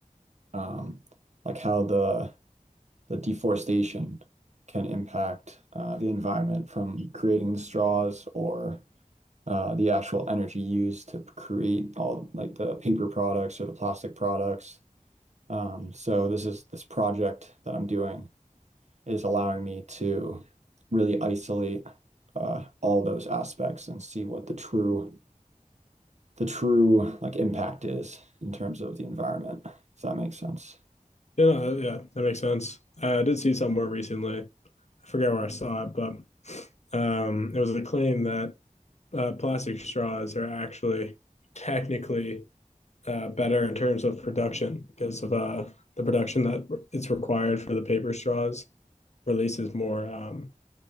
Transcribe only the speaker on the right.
um, like how the the deforestation can impact uh, the environment from creating the straws or uh, the actual energy used to create all like the paper products or the plastic products. Um, so this is this project that I'm doing is allowing me to really isolate uh, all those aspects and see what the true the true like impact is in terms of the environment, Does that make sense.